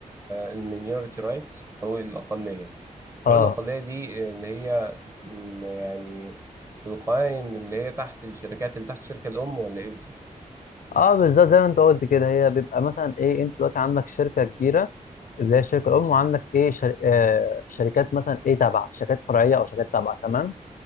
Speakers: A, on the right; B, on the left.
A: المينيورتي رايتس حقوق الأقلية
B: اه
A: حقوق الأقلية دي اللي هي م، يعني في القوائم اللي هي تحت الشركات اللي تحت الشركة الأم ولا إيه بالظبط؟
B: اه بالظبط زي ما انت قلت كده هي بيبقى مثلا ايه انت دلوقتي عندك شركه كبيره اللي هي الشركه الام وعندك ايه شر... آه شركات مثلا ايه تابعه شركات فرعيه او شركات تابعه تمام